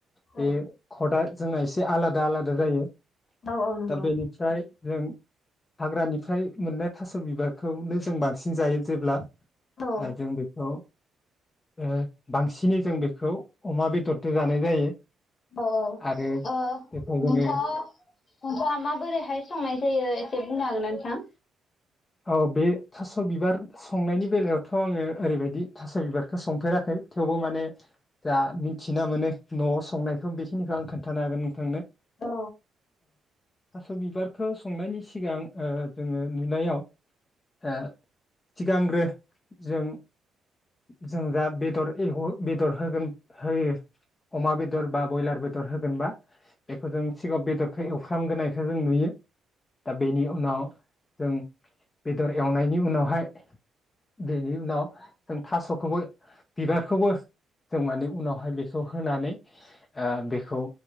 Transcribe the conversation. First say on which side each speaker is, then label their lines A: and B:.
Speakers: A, on the left (about 45°); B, on the left (about 30°).
A: औ
B: बे दा जोंना एसे आलादा आलादा जायो।
A: औ औ नंगौ
B: दा बेनिफ्राय जों हाग्रानिफ्राय मोननाय थास' बिबारखौनो जों बांसिन जायो जेब्ला
A: औ
B: ओ जों बेखौ ओ बांसिनै जों बेखौ अमा बेदरजों जानाय जायो।
A: औ औ।
B: आरो
A: ओ
B: बेखौ
A: नोंथाङा
B: जोङो
A: नोंथाङा माबोरैहाय संनाय जायो एसे बुंनो हागोनना नोंथां?
B: औ बे थास' बिबार संनायनि बेलायावथ' आङो ओरैबायदि थास' बिबारखौ संफेराखै। थेवबो माने जा मिन्थिना मोनो न'आव संनायखौ बेखिनिखौ आं खोन्थानो हागोन नोंथांनो।
A: औ।
B: थास' बिबारखौ संनायनि सिगां ओ जोङो नुनायाव ओ सिगांग्रो जों जों जा बेदर एवो बेदर होगोन होयो अमा बेदर बा बयलार बेदर होगोनबा बेखौ जों सिगाङाव बेदरखौ एवफ्रामग्रोनायखौ जों नुयो। दा बेनि उनाव जों बेदर एवनायनि उनावहाय बेनि उनाव जों थास'खौबो बिबारखौबो जों माने उनावहाय बेखौ होनानै ओ बेखौ